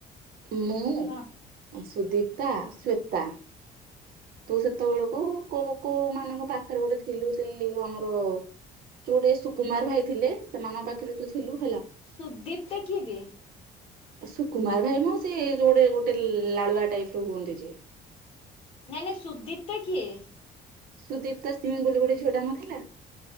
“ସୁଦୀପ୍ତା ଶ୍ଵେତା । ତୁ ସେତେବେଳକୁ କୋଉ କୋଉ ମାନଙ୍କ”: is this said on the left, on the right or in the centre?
Right